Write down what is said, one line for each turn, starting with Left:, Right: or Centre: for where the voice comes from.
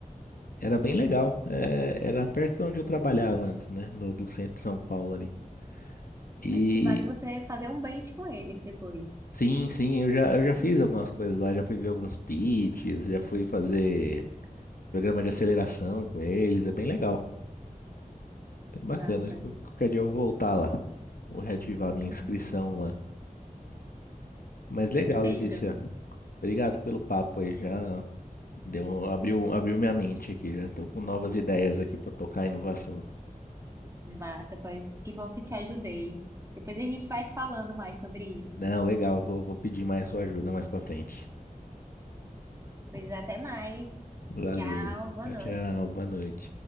Left: Era bem legal. é, era perto de onde eu trabalhava antes, né? No, do centro de São Paulo ali. E
Right: Acho que vale você fazer um bench com eles depois.
Left: sim, sim, eu já, eu já fiz algumas coisas lá, já fui ver alguns pitches, já fui fazer programa de aceleração com eles, é bem legal. É bacana,
Right: Massa.
Left: qu- qualquer dia eu vou voltar lá, vou reativar a minha
Right: <laughs>
Left: inscrição lá. Mas legal,
Right: Perfeito.
Left: Letícia. Obrigado pelo papo aí, já deu, abriu, abriu minha mente aqui, já tô com novas ideias aqui pra tocar inovação.
Right: Massa, pois que bom que te ajudei. Depois a gente vai se falando mais sobre isso.
Left: Não, legal, vou, vou pedir mais sua ajuda mais pra frente.
Right: Pois até mais.
Left: Valeu.
Right: Tchau, boa
Left: Tchau,
Right: noite.
Left: tchau, boa noite.